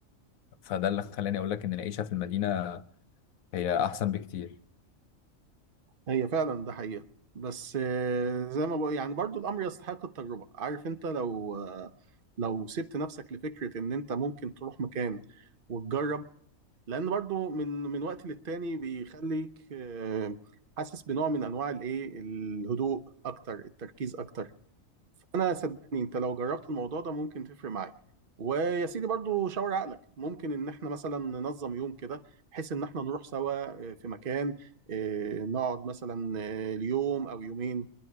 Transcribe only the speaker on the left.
فده اللي خلاني اقول لك ان العيشه في المدينه هي احسن بكتير